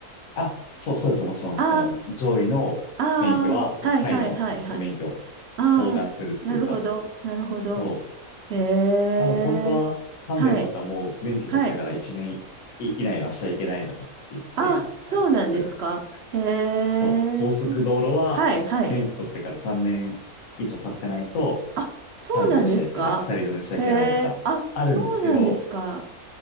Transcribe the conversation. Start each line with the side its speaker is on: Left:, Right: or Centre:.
Left: あ、そう、そうです。もちろん、
Right: あ
Left: その上位の免許は、
Right: あ、ああ、
Left: そう、
Right: はいはいはいはい。
Left: 下位のその免許を包含するっていうか、
Right: ああ、なるほど、なるほど。
Left: そう。
Right: ええ、
Left: まあでも本当は、タンデムとかも免許取ってから1年以以内はしちゃいけないとかっていう規定があったりとかするんですけど、
Right: はい、はい。あ、そうなんですか。へえ、
Left: そう。高速道路は免許取ってから3年以上経ってないと、
Right: そう。はいはい。あ、そうなんですか。
Left: タンデムしちゃいけない、二人乗りしちゃいけないとか、
Right: へえ、あ、
Left: あるんですけど、
Right: そうなんですか。